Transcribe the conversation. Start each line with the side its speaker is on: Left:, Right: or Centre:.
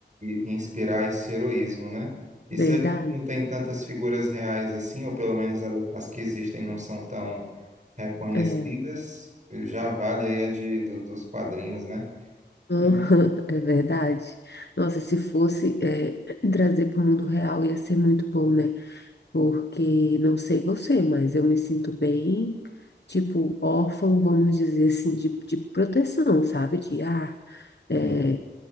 Right: e- e inspirar esse heroísmo, né? E
Left: Verdade.
Right: se a gente não tem tantas figuras reais assim, ou pelo menos a- as que existem não são tão reconhecidas,
Left: É.
Right: já vale aí a de, do- dos quadrinhos, né?
Left: Aham,
Right: E-
Left: é verdade. Nossa, se fosse eh, <clears throat> trazer para o mundo real ia ser muito bom, né? Porque não sei você, mas eu me sinto bem, tipo, órfão, vamos dizer assim, de, de proteção, sabe? De ah, eh,
Right: Hum.